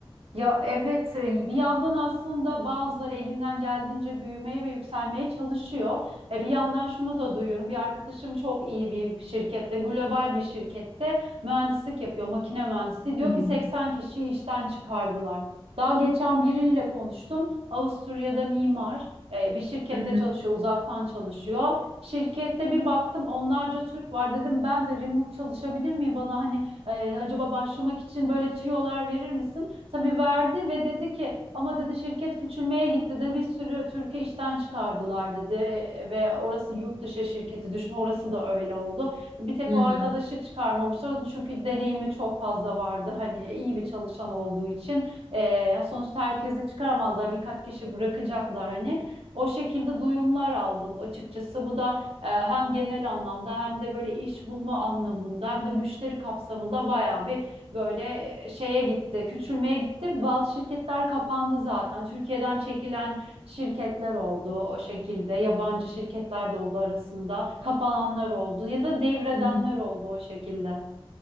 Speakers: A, on the right (about 80°); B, on the left (about 85°).
A: Ya evet e, bir yandan aslında bazıları elinden geldiğince büyümeye ve yükselmeye çalışıyor. E, bir yandan şunu da duyuyorum. Bir arkadaşım çok iyi bir şirkette, global bir şirkette mühendislik yapıyor, makine mühendisliği. Diyor
B: Hı hı.
A: ki 80 kişiyi işten çıkardılar. Daha geçen biriyle konuştum. Avusturya'da mimar e, bir şirkette
B: Hı hı,
A: çalışıyor, uzaktan çalışıyor. Şirkette bir baktım onlarca Türk var dedim ben de remote çalışabilir miyim bana hani e, acaba başlamak için böyle tüyolar verir misin? Tabii verdi ve dedi ki ama dedi şirket küçülmeye gitti de bir sürü Türkiye işten çıkardılar dedi E, e, ve orası yurt dışı şirketi düşün orası da öyle oldu. Bir tek
B: hı
A: o
B: hı,
A: arkadaşı çıkarmamışlar onun çünkü deneyimi çok fazla vardı hani e, iyi bir çalışan olduğu için E, sonuçta herkesi çıkaramazlar birkaç kişi bırakacaklar hani o şekilde duyumlar aldım açıkçası bu da e, hem genel anlamda hem de böyle iş bulma anlamında hem de müşteri kapsamında bayağı bir böyle şeye gitti, küçülmeye gitti. Bazı şirketler kapandı zaten. Türkiye'den çekilen şirketler oldu o şekilde. Yabancı şirketler de oldu arasında. Kapananlar oldu ya da devredenler
B: hı hı.
A: oldu o şekilde.